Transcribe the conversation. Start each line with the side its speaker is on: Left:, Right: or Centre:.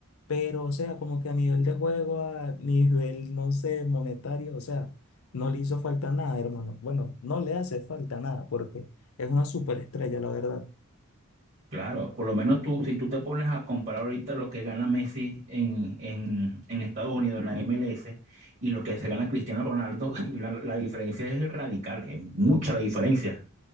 Left: pero o sea, como que a nivel de juego, a nivel, no sé, monetario, o sea, no le hizo falta nada, hermano. Bueno, no le hace falta nada porque es una superestrella, la verdad.
Right: Claro, por lo menos tú, si tú te pones a comparar ahorita lo que gana Messi en, en, en Estados Unidos, en la MLS, y lo que se gana Cristiano Ronaldo, <laughs> la, la diferencia es radical, es mucha la diferencia.